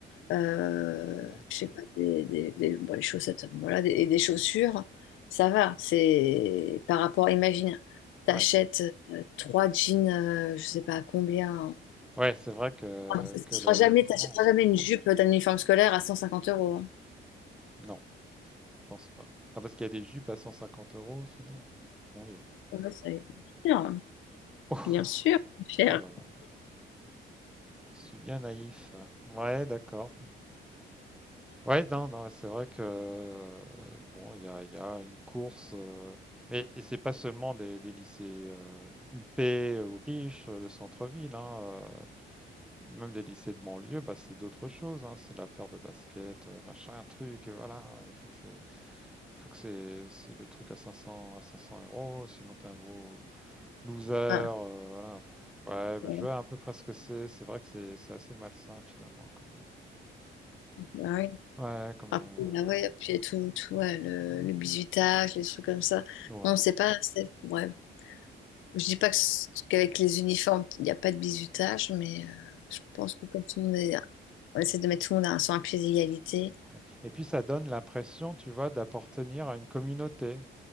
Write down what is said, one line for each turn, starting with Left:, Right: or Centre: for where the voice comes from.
Left: euh,
Centre: ouais.
Left: je sais pas, des, des, des- bon, les chaussettes, voilà, des, et des chaussures, ça va. C'est par rapport, imagine, t'achètes
Centre: Ouais,
Left: euh, trois jeans, euh, je sais pas à combien.
Centre: ouais, c'est vrai que,
Left: Ah, ça
Centre: que
Left: sera
Centre: le,
Left: jamais,
Centre: le vêtement.
Left: t'achèteras jamais une jupe d'un uniforme scolaire à 150 euros. hein.
Centre: Non, je pense pas. Ah, parce qu'il y a des jupes à 150 euros, sinon. Mon Dieu.
Left: Ouais, ça va être cher, hein.
Centre: Oh,
Left: bien sûr, cher.
Centre: oh là là. Je suis bien naïf. Ouais, d'accord. Ouais, non, non, c'est vrai que euh, bon, il y a, il y a une course, euh, mais et c'est pas seulement des, des lycées euh, huppés ou riches euh, de centre-ville, hein, euh, même des lycées de banlieue, bah, c'est d'autres choses, hein, c'est de la paire de basket, euh, machin, truc, euh, voilà, il faut que c'est, faut que c'est, c'est le truc à 500, à 500 euros, sinon t'es un gros, Loser, euh,
Left: Ah,
Centre: voilà. Ouais, bah,
Left: ouais.
Centre: je vois à peu près ce que c'est. C'est vrai que c'est c'est assez malsain finalement. Comme,
Left: Ah ouais.
Centre: euh, ouais, comme,
Left: Ah,
Centre: euh,
Left: ah ouais, puis tout, tout ouais, le, le bizutage, les trucs comme ça.
Centre: ouais,
Left: Non, c'est pas, c'est, ouais, Je dis pas que c- qu'avec les uniformes, il n'y a pas de bizutage, mais euh, je pense que comme tout le monde est, on essaie de mettre tout le monde à- sur un pied d'égalité.
Centre: ouais. Et puis ça donne l'impression, tu vois, d'appartenir à une communauté,